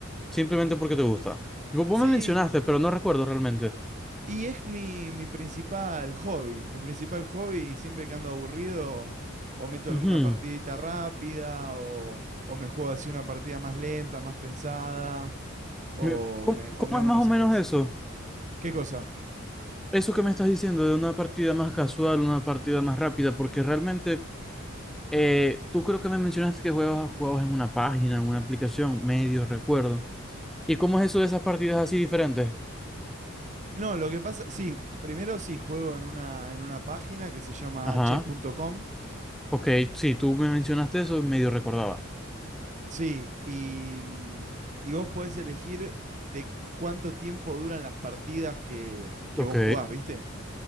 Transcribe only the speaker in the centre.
simplemente porque te gusta? Digo, vos
me mencionaste, pero no recuerdo realmente.
Ujú.
Mi- ¿Cómo,
cómo
es más
o menos
eso?
Eso que me estás diciendo de una partida más casual, una partida más rápida, porque realmente eh, tú creo que me mencionaste que juegas, jugabas en una página, en una aplicación, medio recuerdo. ¿Y cómo es eso de esas partidas así diferentes?
Ajá.
Ok, sí, tú me mencionaste eso, y medio recordaba.
Ok,